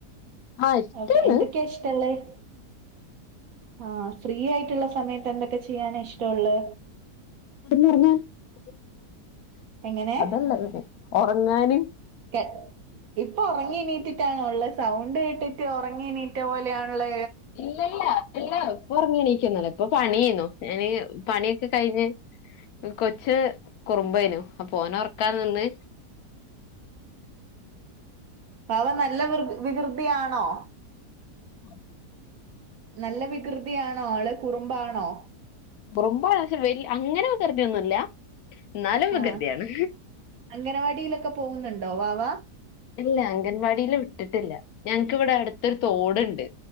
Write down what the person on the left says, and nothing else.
ആഹ് ഇഷ്ടാണ്
<unintelligible>
ഒറങ്ങാന്
ഇല്ല ഇല്ല ഇല്ല ഇപ്പൊറങ്ങിണീക്കൊന്നല്ല ഇപ്പൊ പണിയേന്നു ഞാന് പണിയൊക്കെ കഴിഞ്ഞ് കൊച്ച് കുറുമ്പേനു അപ്പൊ ഓനെ ഒർക്കാൻ നിന്ന്
ഉം
കുറുമ്പാണോ ചോയ്ച്ചാ വെ അങ്ങനെ വികൃതിയൊന്നുവില്ല എന്നാലും വികൃതിയാണ്
ഇല്ല അംഗൻവാടീല് വിട്ടിട്ടില്ല ഞങ്ങക്ക് ഇവടെ അടുത്തൊരു തോടുണ്ട്